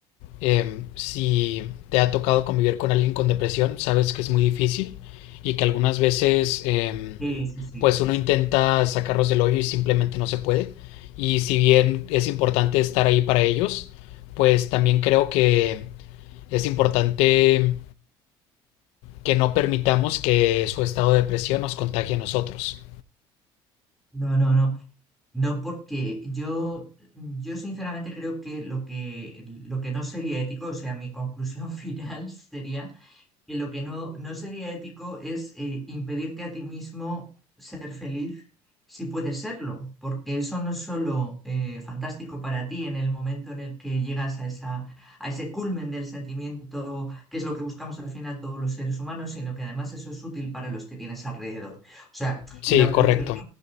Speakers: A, on the left; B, in the centre.
A: em, si te ha tocado convivir con alguien con depresión, sabes que es muy difícil y que algunas veces, em,
B: Sí, sí, sí.
A: pues uno intenta sacarlos del hoyo y simplemente no se puede. Y si bien es importante estar ahí para ellos, pues también creo que es importante que no permitamos que su estado de depresión nos contagie a nosotros.
B: No, no, no. No, porque yo, yo sinceramente creo que lo que, lo que no sería ético, o sea, mi conclusión <laughs> final sería Y lo que no, no sería ético es eh, impedirte a ti mismo ser feliz si puedes serlo, porque eso no es solo eh, fantástico para ti en el momento en el que llegas a esa, a ese culmen del sentimiento, que es lo que buscamos al final todos los seres humanos, sino que además eso es útil para los que tienes alrededor. O sea,
A: Sí,
B: lo,
A: correcto.
B: lo que